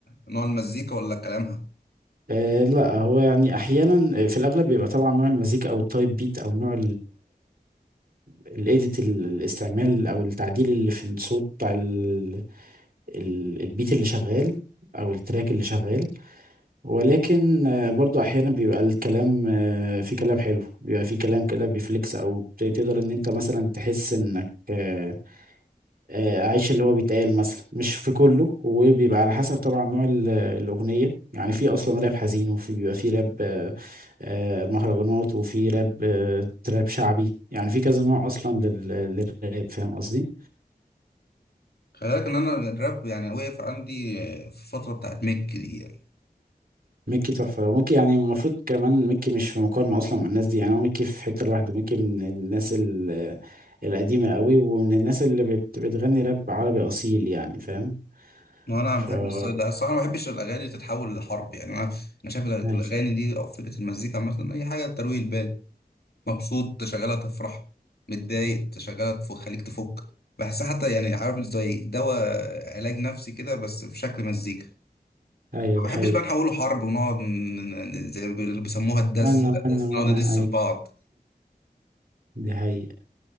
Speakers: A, on the left; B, on the right.
A: نوع المزيكا ولا كلامها
B: آه لا هو يعني احيانا آه، في الاغلب بيبقى طبعا نوع المزيكا او التايب بيت او نوع الايديت الاستعمال او التعديل اللي في الصوت بتاع ال- ال- البيت اللي شغال او التراك اللي شغال ولكن آه برضو احيانا بيبقى الكلام آه في كلام حلو بيبقى في كلام كده بيفليكس او ت- تقدر ان انت مثلا تحس انك آه، آه، اعيش اللي هو بيتقال مثلا مش في كله وبيبقى على حسب طبعا نوع ال- الاغنيه يعني في اصلا راب حزين وفي بيبقى في راب آه، آه، مهرجانات وفي راب آه، تراب شعبي يعني في كذا نوع اصلا لل- للراب فاهم قصدي
A: خلي بالك ان انا الراب يعني وقف عندي آه، في الفتره بتاعت ميك دي يعني
B: ميكي تحفه وميكي يعني المفروض كمان ميكي مش في مقارنه اصلا مع الناس دي يعني هو ميكي في حته لوحده ميكي من الناس ال- القديمه قوي ومن الناس اللي بت بتغني راب عربي اصيل يعني فاهم
A: وانا
B: ف
A: بحب
B: وانا
A: الستايل ده الصراحه ما بحبش الاغاني تتحول لحرب يعني انا انا شايف الاغاني
B: ايوه
A: دي او فكره المزيكا مثلا اي حاجه ترويق البال مبسوط تشغلها تفرح متضايق تشغلها تخليك تفك بحسها حتى يعني عارف زي دواء علاج نفسي كده بس في شكل مزيكا
B: أيوة،
A: ما
B: دي
A: بحبش
B: حقيقه
A: بقى نحوله حرب ونقعد ن- ن- زي ما بيقولوا- بيسموها الدس
B: وانا
A: ده
B: وانا بس
A: نقعد
B: وانا
A: ندس
B: ايوه
A: في بعض
B: دي حقيقة